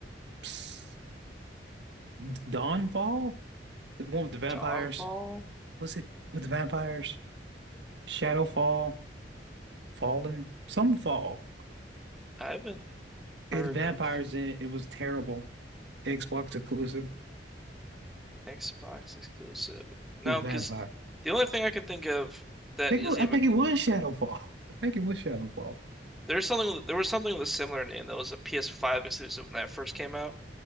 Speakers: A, on the right; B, in the centre.
A: Psst, Dawnfall? The one with the vampires?
B: Dawnfall?
A: Was it with the vampires? Shadowfall? Fallen? Some fall.
B: I haven't
A: It
B: heard
A: had vampires
B: of
A: in it. It was terrible. Xbox exclusive
B: Xbox exclusive. No,
A: with vampire.
B: because the only thing I can think of that
A: I think,
B: is
A: it wa-
B: even
A: I think it was Shadowfall. <laughs> I think it was Shadowfall.
B: there's something there was something with a similar name that was a PS5 exclusive when that first came out.